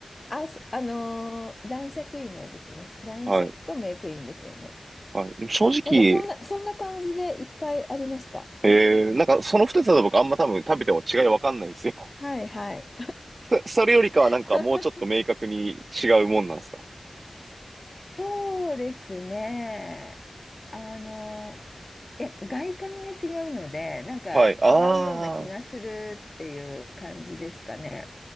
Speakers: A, on the left; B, on the right.
A: あ、そあのー男爵芋ですね。男爵とメイクインですよね。
B: はい。はい。でも正直、
A: なんかそんな、そんな感じでいっぱいありました。
B: えー、なんかその二つだと僕あんま多分食べても違いわかんないんですよ。
A: はいはい。
B: <laughs> そそれよりかはなんかもうちょっと明確に違うもんなんですか。
A: <laughs> そうですね。あの、いや、外観が違うので、なんか違うような気がするっていう感じですかね。
B: はい。ああ